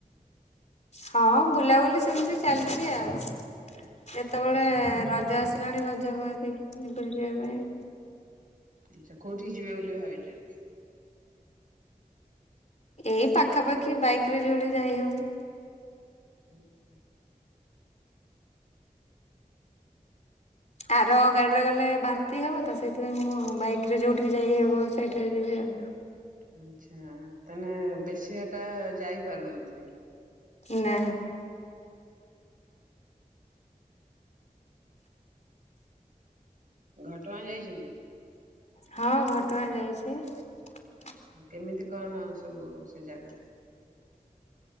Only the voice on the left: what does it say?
ହଁ ବୁଲାବୁଲି ସେମିତି ଚାଲିଚି ଆଉ ଯେତେବେଳେ ରଜ ଆସିଲାଣି ରଜ ଜଗ ଦେଖି <unintelligible>
ଏଇ ପାଖାପାଖି ବାଇକ୍ ରେ ଜୁଆଡେ ଯାଇହବ।
ଆର ଗାଡିରେ ଗଲେ ବାନ୍ତି ହବ ତ ସେଇଥିପାଇଁ ମୁଁ ବାଇକ୍ ରେ ଯୋଉଠିକି ଯାଇହବ ସେଇଠାରେ ଯିବି ଆଉ।
ନା।
ହଁ ଘଟଗାଁ ଯାଇଚି।